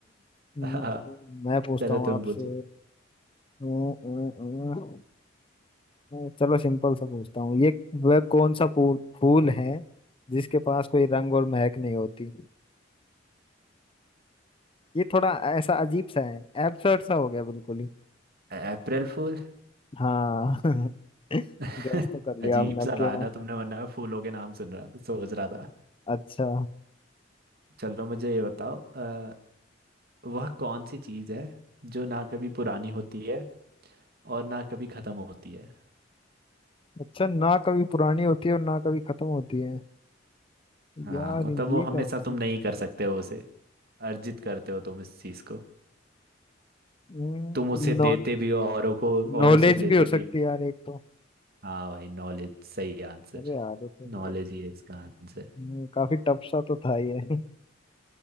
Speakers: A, on the left; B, on the right.
A: हम्म,
B: हाँ,
A: तो मैं पूछता
B: <laughs> चलो
A: हूँ
B: तुम
A: आपसे
B: पूछो
A: अं, अं, अं, चलो सिंपल सा पूछता हूँ ये वह कौन सा फूल फूल है जिसके पास कोई रंग और महक नहीं होती ये थोड़ा ऐसा अजीब सा है एब्सर्ड सा हो गया बिल्कुल ही
B: अप्रैल फूल
A: हाँ <laughs> गैस
B: <laughs>
A: तो कर लिया
B: अजीब
A: आपने अब
B: सा कहा
A: क्या है
B: ना तुमने वरना मैं फूलों के नाम सुन रहा था सोच रहा था
A: अच्छा
B: चलो मुझे ये बताओ अ, वह कौन सी चीज़ है जो ना कभी पुरानी होती है और ना कभी खत्म होती है
A: अच्छा ना कभी पुरानी होती है और ना कभी खत्म होती है
B: हाँ
A: यार
B: मतलब
A: ये
B: वो हमेशा
A: कैसी
B: तुम नहीं कर सकते हो उसे अर्जित करते हो तुम इस चीज को
A: हम्म,
B: तुम उसे देते
A: नो,
B: भी हो औरों को
A: नॉलेज
B: और उसे लेते
A: भी हो सकती
B: भी हो।
A: है यार एक तो
B: हाँ भाई नॉलेज सही आंसर
A: अरे यार ये तो
B: नॉलेज ही है इसका आंसर
A: हम्म, काफी टफ सा तो था ही है <laughs>